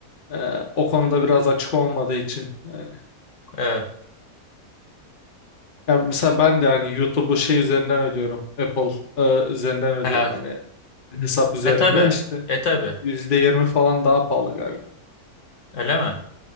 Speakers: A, on the left; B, on the left.
A: E, o konuda biraz açık olmadığı için. Yani
B: Evet.
A: Ya mesela ben de hani YouTube'u şey üzerinden ödüyorum. Apple e, üzerinden ödüyorum
B: Evet.
A: hani hesap üzerinden
B: E tabi.
A: işte
B: E tabi.
A: %20 falan daha pahalı galiba.
B: Öyle mi?